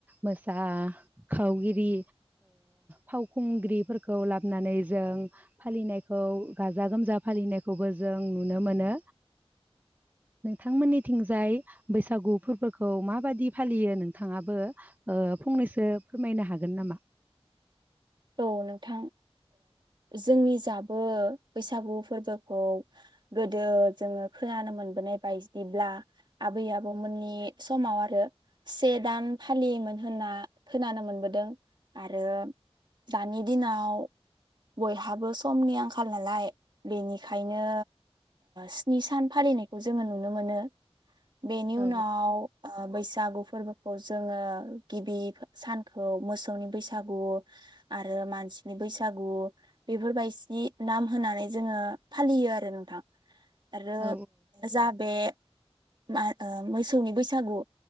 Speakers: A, on the right; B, on the right.
A: मोसाखावगिरि फावखुंग्रिफोरखौ लाबोनानै जों फालिनायखौ गाजा गोमजा फालिनायखौबो जों नुनो मोनो नोंथांमोननिथिंजाय बैसागु फोरबोखौ माबादि फालियो नोंथाङाबो फंनैसो फोरमायनो हागोन नामा?
B: औ नोंथां जोंनि जाबो बैसागु फोरबोखौ गोदो जोङो खोनानो मोनबोनाय बायदिब्ला आबै आबौमोननि समाव आरो से दान फालियोमोन होनना खोनानो मोनबोदों आरो दानि दिनाव बयहाबो समनि आंखाल नालाय बेनिखायनो स्नि सान फालिनायखौ जोङो नुनो मोनो बेनि
A: औ
B: उनाव बैसो बैसागु फोरबोखौ जोङो गिबि सानखौ मोसौ मोसौनि बैसागु आरो मानसिनि बैसागु बेफोरबायदि नाम होनानै जोङो फालियो आरो नोंथां आरो
A: औ
B: जा बे मा मोसौनि बैसागु